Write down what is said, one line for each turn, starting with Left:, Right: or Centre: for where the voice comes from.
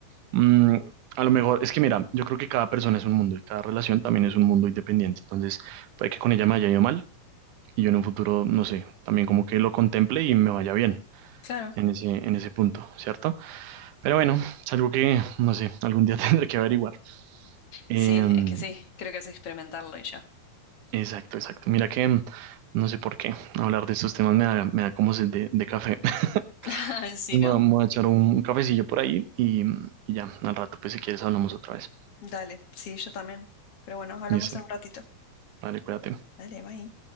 Right: Mm, a lo mejor, es que mira, yo creo que cada persona es un mundo y cada relación también es un mundo independiente. Entonces, puede que con ella me haya ido mal y yo en un futuro, no sé, también como que lo contemple y me vaya bien
Left: Claro.
Right: en ese, en ese punto, ¿cierto? Pero bueno, es algo que, no sé, algún día <laughs> tendré que averiguar. Em,
Left: Sí, es que sí. Creo que es experimentarlo y ya.
Right: exacto, exacto. Mira que, em, no sé por qué, hablar de estos temas me da, me da como sed de, de café. <laughs>
Left: <laughs> Sí,
Right: Me
Left: ¿no?
Right: voy a me voy a echar un, un cafecillo por ahí y, y ya, al rato, pues si quieres hablamos otra vez.
Left: Dale. Sí, yo también. Pero bueno, hablamos
Right: Y eso,
Left: en un ratito.
Right: vale, cuídate.
Left: Dale, bye.